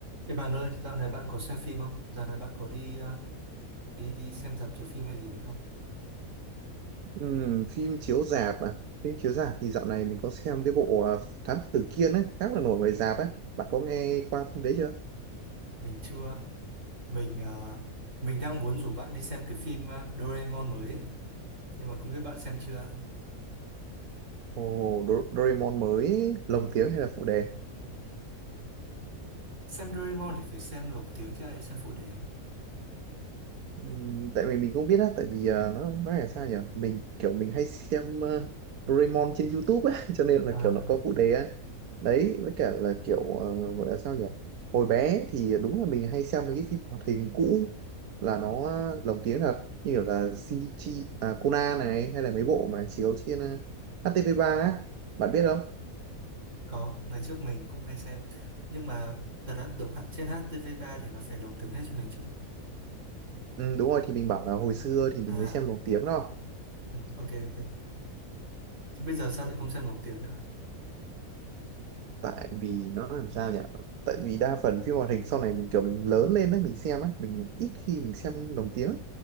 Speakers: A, on the right; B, on the right.
A: Thế bạn ơi, dạo này bạn có xem phim không? Dạo này bạn có đi ờ, đi đi xem rạp chiếu phim hay gì đấy không?
B: Ừm, phim chiếu rạp à phim chiếu rạp thì dạo này mình có xem cái bộ à, Thám Tử Kiên ấy khá là nổi ngoài rạp ấy bạn có nghe qua phim đấy chưa
A: Mình chưa. Mình ờ, mình đang muốn rủ bạn đi xem cái phim ờ, Doraemon mới ấy. Nhưng mà không biết bạn xem chưa.
B: Ồ, Do Doraemon mới lồng tiếng hay là phụ đề
A: Xem Doraemon thì phải xem lục tiếng chứ lại xem phụ đề.
B: Ừm, tại vì mình cũng biết á tại vì ờ, nó nói là sao nhỉ mình kiểu mình hay xem ờ, Doraemon trên YouTube á <laughs> cho nên là
A: À,
B: kiểu nó có phụ đề á đấy với cả là kiểu ờ, gọi là sao nhỉ hồi bé thì đúng là mình hay xem mấy cái phim hoạt hình cũ là nó lồng tiếng thật như kiểu là Shinichi à, Conan này hay là mấy bộ mà chiếu trên ờ, HTV3 á bạn biết không
A: có, ngày trước mình cũng hay xem. Nhưng mà thật ra tưởng hạn- trên htv ba thì nó phải lồng tiếng hết cho mình chứ.
B: ừ, đúng rồi thì mình bảo là hồi xưa thì mình
A: À,
B: mới xem lồng tiếng đâu
A: ừ, ok ok. Thế bây giờ sao lại không xem lồng tiếng nữa?
B: tại vì nó làm sao nhỉ tại vì đa phần phim hoạt hình sau này mình kiểu mình lớn lên đó mình xem á mình ít khi mình xem lồng tiếng